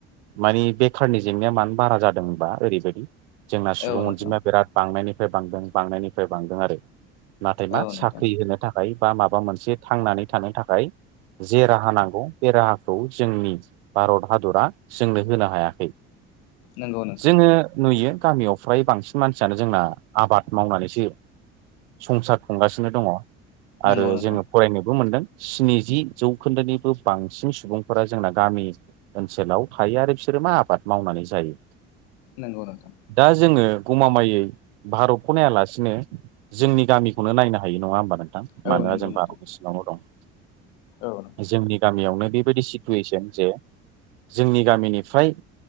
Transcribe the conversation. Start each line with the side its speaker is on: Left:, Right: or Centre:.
Right: मानि बेखारनि जेंनाया मानो बारा जादोंबा ओरैबादि जोंना सुबुं
Left: औ नोंथां
Right: अनजिमाया बिराद बांनायनिफ्राय बांदों बांनायनिफ्राय बांदों आरो। नाथाय मा
Left: औ
Right: साख्रि
Left: नोंथां
Right: होनो थाखाय बा माबा मोनसे थांनानै थानो थाखाय जे राहा नांगौ बे राहाखौ जोंनि भारत हादरा जोंनो होनो हायाखै।
Left: नंगौ नोंथां
Right: जोङो नुयो गामियाव फ्राय बांसिन मानसियानो जोंना आबाद मावनानैसो संसार खुंगासिनो दङ आरो
Left: नंगौ नोंथां
Right: जोङो फरायनोबो मोनदों। स्निजि जौखोन्दोनिबो बांसिन सुबुंफोरा जोंना गामि ओनसोलाव थायो आरो बिसोरो मा आबाद मावनानै जायो।
Left: नोंगौ नोंथां।
Right: दा जोङो गमामायै भारतखौ नायालासिनो जोंनि गामिखौनो नायनो हायो नङा होमबा नोंथां
Left: औ
Right: मानोना
Left: नंगौ
Right: जों
Left: नोंथां
Right: भारतनि सिङावनो दं।
Left: औ नोंथां।
Right: जोंनि गामियावनो बेबायदि सिटुवेसन जे जोंनि गामिनिफ्राय